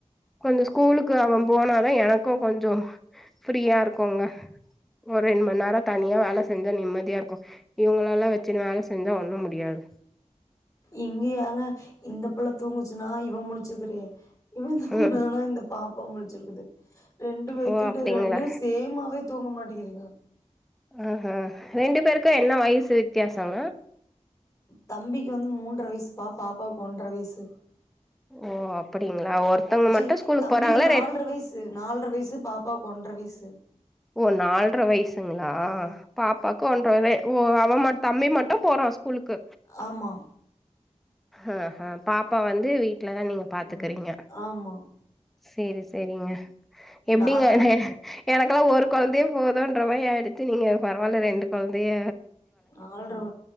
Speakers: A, in the centre; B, on the left.
A: கொஞ்சம் ஸ்கூலுக்கு அவன் போனாதான் எனக்கும் கொஞ்சம் ஃப்ரீயா இருக்குங்க ஒரு ரெண்டு மணி நேரம் தனியா வேல செஞ்ச நிம்மதியா இருக்கும் இவங்கள எல்லாம் வச்சுன்னு வேல செஞ்சா ஒண்ணும் முடியாது
B: இங்கயாங்க இந்த பிள்ள தூங்குச்சு நான் இவன் முழிச்சுக்கிறே இவன்
A: ம்
B: தனா இந்த பாப்பா முழிச்சிருக்குது ரெண்டு பேத்துக்கட்டு
A: ஓ அப்டிங்களா
B: ரெண்டும் சேமாவே தூங்க மாட் டேங்குதுங்க
A: ஆஹ் ஹா ரெண்டு பேருக்கும் என்ன வயசு வித்தியாசங்க
B: தம்பிக்கு வந்து மூன்ற வயசு பா பாப்பாவுக்கு ஒன்ற வயசு
A: ஓ அப்டிங்களா ஒருத்தவங்க
B: ஜி
A: மட்டு ஸ்கூலுக்கு
B: தம்பிக்கு
A: போறாங்களா
B: நால்ற
A: ரெ
B: வயசு நால்ற வயசு பாப்பாவு ஒன்ற வயசு
A: ஓ நால்ற வயசுங்களா
B: ஆ
A: பாப்பாக்கு ஒன்ற வயது ஓ அவன் மட்ட தம்பி மட்டும் போறான் ஸ்கூலுக்கு
B: ஆமா
A: அஹ் அஹ் பாப்பா வந்து வீ ட்டுல தான் நீங்க பாத்துக்கறீங்க
B: ம் ஆமா
A: சேரி சேரிங்க எப்படிங்க
B: நாளான்னைக்கு
A: எனக்கு ஒரு குழந்தைய போதும்ன்ற மாதிரி ஆயிடுச்சி நீங்க பரவாயில்ல ரெண்டு குழந்தைய
B: நாலு ரப